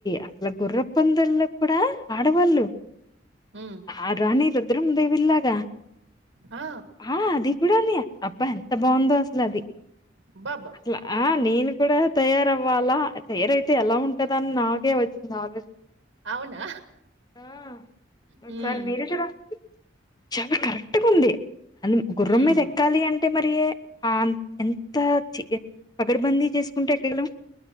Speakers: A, on the left; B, on the right.
A: అసల గుర్ర పందాల్లో కూడా ఆడవాళ్ళు
B: ఉ
A: ఆ రాణి రుద్రమదేవీల్లాగా
B: ఆ
A: ఆ అది కూడాని అబ్బా ఎంత బాగుందో అసలు అది
B: అబ్బబ్బ
A: అలా ఆ నేను కూడా తయారవ్వాలా తయారయితే ఎలా ఉంటదని నాగే వచ్చింది ఆలోచన
B: అవునా?
A: ఆ ఒక
B: హ్మ్.
A: సారి మీరే చూడండి చాలా కరెక్ట్గా ఉంది అన్ గుర్రం
B: హ్మ్.
A: మీద ఎక్కాలి అంటే మరి ఆ ఎన్ అంతా పగడ్బందీ చేసుకుంటే ఎక్కగలం